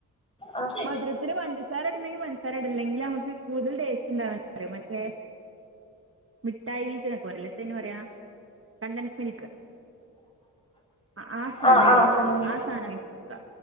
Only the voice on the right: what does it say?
മധുരത്തിന് പഞ്ചസ- സാര ഇട്ടിട്ടുണ്ടെങ്കി പൻസാര- ഇട്‌ണില്ലങ്കില് നമ്മക്ക് കൂടുതൽ- ടേസ്റ്റ് ഉണ്ടാവാൻ <unintelligible> പക്ഷെ. മിഠായി മേറ്റ് നിങ്ങക്കു അറിയൂലേ, എത്തേന് പറയാം കണ്ടൻസ്ഡ് മിൽക്ക്. അ, ആ സാധനം
യൂസ്
ചെയ്യാ, ആ സാധനം വേടിച്ച് വെക്കാ.